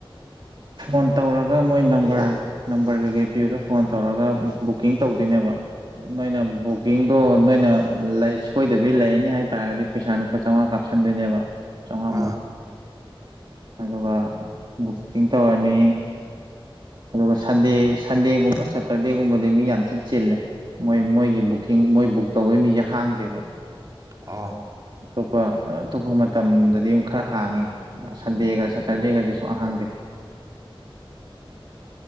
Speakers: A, on the right; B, on the right.
A: ꯐꯣꯟ ꯇꯧꯔꯒ ꯃꯣꯏ ꯅꯝꯕꯔ ꯅꯝꯕꯔ ꯀꯩꯀꯩ ꯄꯤꯌꯨꯗꯣ ꯐꯣꯟ ꯇꯧꯔꯒ ꯕꯨꯛꯀꯤꯡ ꯇꯧꯗꯣꯏꯅꯦꯕ ꯅꯣꯏꯅ ꯕꯨꯀꯤꯡꯗꯣ ꯅꯣꯏꯅ ꯁꯣꯏꯗꯕꯤ ꯂꯩꯔꯅꯤ ꯍꯥꯏꯇꯥꯔꯒꯗꯤ ꯄꯩꯁꯥ ꯂꯨꯄꯥ ꯆꯥꯝꯃꯉꯥ ꯀꯥꯞꯁꯤꯟ ꯈꯟꯗꯣꯏꯅꯦꯕ ꯆꯥꯝꯃꯉꯥꯃꯨꯛ
B: ꯑꯥ
A: ꯑꯗꯨꯒ ꯕꯨꯛꯀꯤꯡ ꯇꯧꯔꯅꯤ ꯑꯗꯨꯒ ꯁꯟꯗꯦ ꯁꯟꯗꯦꯒꯨꯝꯕ ꯁꯦꯇꯔꯗꯦꯒꯨꯝꯕꯗꯤ ꯃꯤ ꯌꯥꯝ ꯊꯤꯅ ꯆꯤꯜꯂꯦ ꯃꯣꯏ ꯃꯣꯏꯒꯤ ꯕꯨꯛꯀꯤꯡ ꯃꯣꯏ ꯕꯨꯛ ꯇꯧꯕꯩ ꯃꯤꯁꯦ ꯍꯥꯡꯗꯦꯕ
B: ꯑꯣ
A: ꯑꯇꯣꯞꯄ ꯑꯇꯣꯞꯄ ꯃꯇꯝꯗꯗꯤ ꯈꯔ ꯍꯥꯡꯉꯦ
B: ꯎꯝ <unintelligible>
A: ꯁꯟꯗꯦꯒ ꯁꯇꯔꯗꯦꯒꯁꯦ ꯁꯨꯡꯍꯥꯡ ꯍꯥꯡꯗꯦ